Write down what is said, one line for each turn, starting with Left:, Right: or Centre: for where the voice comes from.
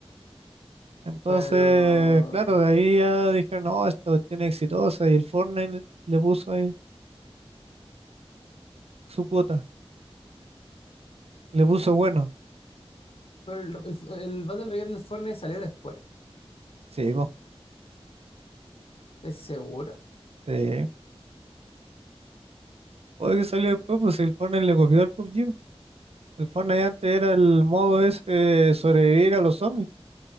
Right: Entonces,
Left: pero
Right: claro, de ahí ya dijeron, no, esta cuestión es exitosa. Y el Fortnite le, le puso ahí su cuota. Le puso bueno.
Left: pero el, el- el Battle Royale del Fortnite salió después,
Right: Sí, vos.
Left: ¿estás seguro?
Right: Sí. Oye, que salió después, pues el Fortnite le copió al PUBG. El Fortnite antes era el modo ese de sobrevivir a los zombies.